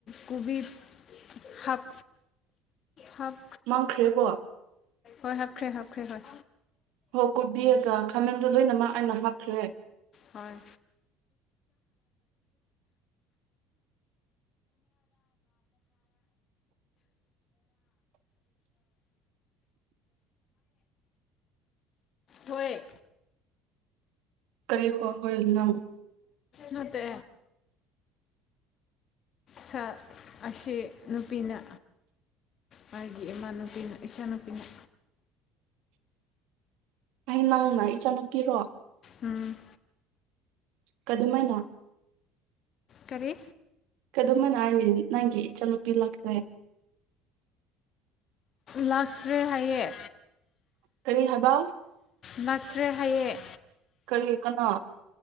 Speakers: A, on the left (about 45°); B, on the right (about 65°).
A: ꯀꯣꯕꯤ ꯍꯥꯞ ꯍꯥꯞ
B: ꯃꯥꯡꯈ꯭ꯔꯦꯀꯣ
A: ꯍꯣꯏ ꯍꯥꯞꯈ꯭ꯔꯦ ꯍꯥꯞꯈ꯭ꯔꯦ ꯍꯣꯏ
B: ꯍꯣ ꯀꯣꯕꯤ ꯀꯥ ꯈꯥꯃꯦꯟꯗꯣ ꯂꯣꯏꯅꯃꯛ ꯑꯩꯅ ꯃꯠꯈ꯭ꯔꯦ
A: ꯍꯣꯏ ꯍꯣꯏ
B: ꯀꯔꯤ ꯄꯥꯐꯣꯏꯅꯣ
A: ꯅꯠꯇꯦ ꯁꯥ ꯑꯁꯤ ꯅꯨꯄꯤꯅ ꯃꯥꯒꯤ ꯏꯃꯥꯟꯅꯨꯄꯤꯅ ꯏꯆꯥꯅꯨꯄꯤꯅ
B: ꯑꯩ ꯅꯪꯅ ꯏꯆꯥꯅꯨꯄꯤꯔꯣ
A: ꯎꯝ
B: ꯀꯥꯗꯨꯃꯥꯏꯅ
A: ꯀꯔꯤ
B: ꯀꯗꯨꯃ ꯅꯥꯍꯟꯒꯤ ꯅꯪꯒꯤ ꯏꯆꯟ ꯅꯨꯨꯄꯤ ꯂꯥꯛ꯭ꯈꯔꯦ
A: ꯂꯥꯛꯇ꯭ꯔꯦ ꯍꯥꯏꯌꯦ
B: ꯀꯔꯤ ꯍꯥꯏꯕ
A: ꯅꯠꯇ꯭ꯔꯦ ꯍꯥꯏꯌꯦ
B: ꯀꯔꯤ ꯀꯅꯥ